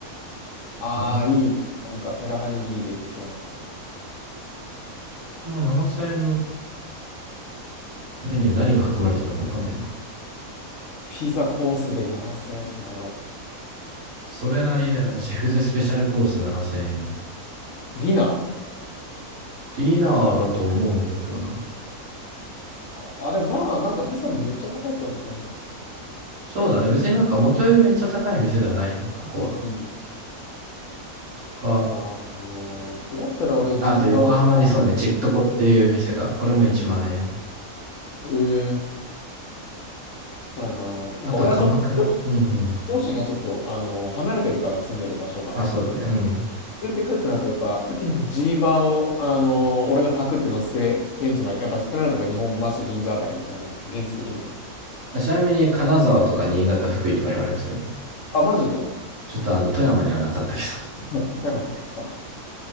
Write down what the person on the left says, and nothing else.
ああ、
いいね。なんか、テラハニギリ出てきそうな。
ピザコースで7000、なんやろ。
ディナー。
あ、あれ、まあ、なんかピザもめっちゃ高いってわけじゃない。
うんうん。
いやー、もうこれやったら俺、
ジルバー、あ、
ええそうやな。なんか俺はちょっと、
両
両親がちょっと、あの、離れてるから住んでる場所が。
連れてくってなると、やっぱ、<clears throat> ジーバーを、あのー俺がタクって乗せて、現地まで、やっぱ、となると、やっぱ、日本橋、銀座あたりになる、現実的にはね。
あ、マジで
岡山なんてさ、